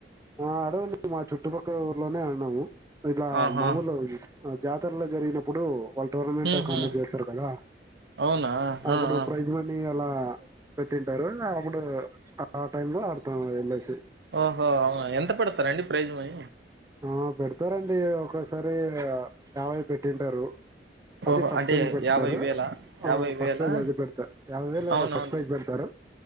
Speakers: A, on the right (about 20°); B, on the right (about 75°).
A: ఆ ఆడమండి మా చుట్టుపక్కల ఊర్లోనే ఆడినాము. ఇట్ల
B: ఆహా
A: మామూలు జాతరలో జరిగినప్ ఇప్పుడు వల్ టోర్నమెంట్
B: మ్మ్ హ్మ్
A: కండక్ట్ చేస్తారు కదా,
B: అవునా
A: అప్పుడు
B: ఆ ఆ
A: ప్రైజ్మని ట్లా పెట్టింటారు అప్పుడూ ఆ టైమ్ లో ఆడతాం వెళ్ళేసి
B: ఆ ఓ అవున ఎంత పెడతారండి. ప్రైజ్ మనీ
A: ఆ పెడతారండి ఒక ఒక్కసారి యాభై పెట్టింటారు. అది
B: ఓహో
A: ఫస్ట్
B: అంటే
A: ప్రైజ్ పెడతారు.
B: యాభై వేలా యాభై
A: ఆ ఫస్ట్
B: వేలా
A: ప్రైజ్ అది పెడత యాభై వేలు
B: అవునవును
A: ఫస్ట్ ప్రైజ్ పెడతారు.